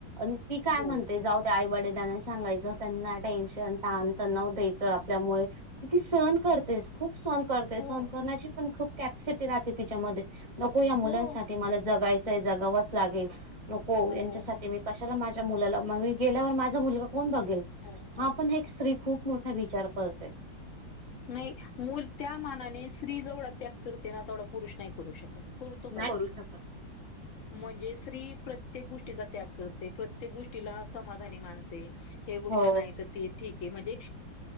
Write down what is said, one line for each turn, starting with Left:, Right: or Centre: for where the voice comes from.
Right: ती काय
Left: हो
Right: म्हणते जाऊ काई वडलाना सांगायचं त्यांना टेन्शन ताण तणाव द्यायचं आपल्यामुळे ती सहण करतेस खूप सण करतेस
Left: हो
Right: सहन करण्याची पण खूप कॅपॅसिटी राहते तिच्यामध्ये नको या मुलांसाठी
Left: हो
Right: मला जगायचंय जगावंच लागेल नको
Left: हो
Right: यांच्यासाठी
Left: हो हो.
Right: मी कशाला माझी मुला मी गेल्यावर माझा मुलगा कोण
Left: हो
Right: बघेल
Left: हो हो हो.
Right: हा पण स्त्री खूप खूब खूप मोठा विचार करते.
Left: नाही मल त्या मानाने स्त्री जेवढा त्याग करते ना तेवढा पुरुष नाही करू शकत. करतो का
Right: नाही
Left: हो.
Right: करू शकत.
Left: म्हणजे स्त्री प्रत्येक गोष्टीचा त्याग करते प्रत्येक गोष्टीलासमान आणि मानते ही गोष्ट
Right: हो
Left: नाही तर ते ठीक आहे म्हणजे